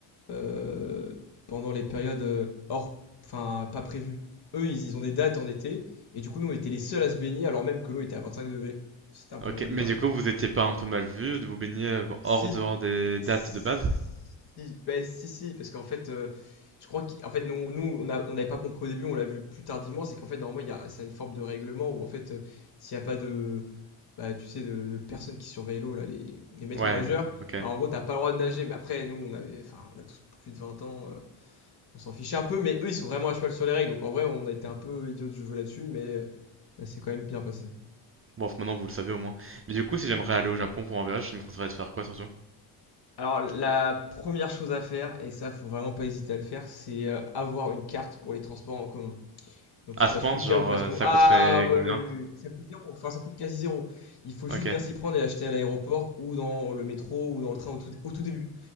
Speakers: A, on the left; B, on the right.
A: euh, pendant les périodes euh, hors, enfin, pas prévues. Eux, ils, ils ont des dates en été, et du coup, nous, on était les seuls à se baigner, alors même que l'eau était à 25 degrés. C'était un peu
B: Ok,
A: bizarre.
B: mais du coup, vous étiez pas un peu mal vu de vous baigner euh,
A: Si,
B: hors dehors des dates
A: si,
B: de base?
A: ben, si, si, parce qu'en fait, euh, je crois qu'en fait, nous, nous, on a- on n'avait pas compris au début, on l'a vu plus tardivement, c'est qu'en fait, normalement, il y a, c'est une forme de règlement où, en fait, euh, s'il n'y a pas de, bah, tu sais, de, de personnes qui surveillent l'eau, là, les, les maîtres
B: Ouais,
A: nageurs,
B: ok.
A: bah, en gros, t'as pas le droit de nager, mais après, nous, on avait, enfin, on a tous plus de 20 ans, euh, on s'en fichait un peu, mais eux, ils sont vraiment à cheval sur les règles. Donc en vrai, on a été un peu idiots de jouer là-dessus, mais euh, là, c'est quand même bien passé.
B: Bon, maintenant vous le savez au moins. Mais du coup, si j'aimerais aller au Japon pour un voyage, tu me conseillerais de faire quoi surtout?
A: Alors la première chose à faire, et ça, faut vraiment pas hésiter à le faire, c'est euh, avoir une carte pour les transports en commun. Donc que
B: À
A: ce
B: ce
A: soit
B: point,
A: Suica
B: genre,
A: ou Pasmo.
B: euh, ça
A: Ah
B: coûterait
A: ouais,
B: combien?
A: ouais, ouais, ouais. ça coûte zéro, enfin ça coûte quasi zéro. Il faut
B: Ok.
A: juste bien s'y prendre et l'acheter à l'aéroport ou dans le métro ou dans le train au tout, au tout début.